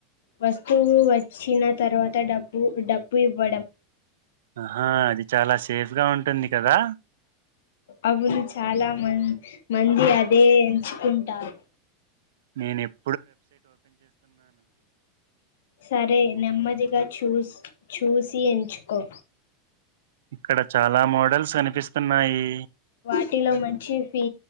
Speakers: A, on the left (about 65°); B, on the right (about 65°).
A: వస్తువు వచ్చిన తరువాత డబ్బ ఊ డబ్బు ఇవ్వడం
B: ఆహా అది చాలా సేఫ్గా ఉంటుంది కదా
A: అవును చాలా మం మంది అదే ఎంచుకుంటారు
B: నేనెప్
A: సరే నెమ్మదిగా చూస్ చూసి ఎంచుకో
B: ఇక్కడ చాలా మోడల్స్ కనిపిస్తున్నాయి
A: వాటిలో మంచి ఫీ